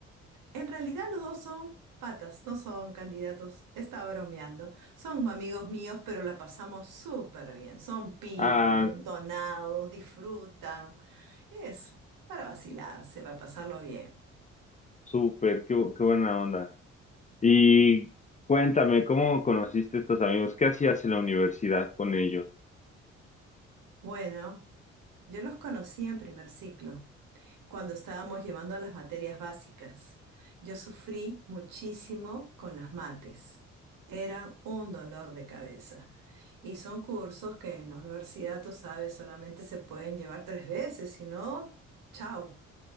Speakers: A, on the right; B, on the left.
A: En realidad los dos son patas, no son candidatos. Estaba bromeando. Son amigos míos, pero la pasamos súper bien. Son pilas,
B: Ah,
A: entonados, disfrutan. Es para vacilarse, para pasarlo bien.
B: súper, qué, bu- qué buena onda. Y cuéntame, ¿cómo conociste a estos amigos? ¿Qué hacías en la universidad con ellos?
A: Bueno, yo los conocí en primer ciclo. cuando estábamos llevando a las materias básicas. Yo sufrí muchísimo con las mates. Eran un dolor de cabeza. Y son cursos que en la universidad, tú sabes, solamente se pueden llevar tres veces, si no, chao.